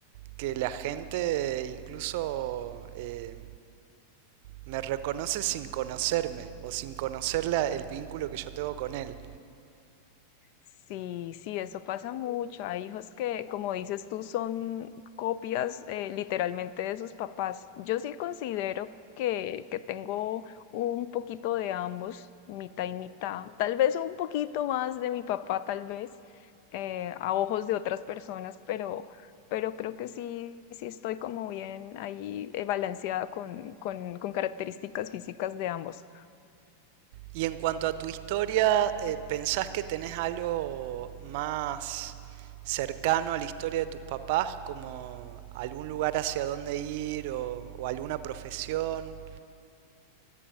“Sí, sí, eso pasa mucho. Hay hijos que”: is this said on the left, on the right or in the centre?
Left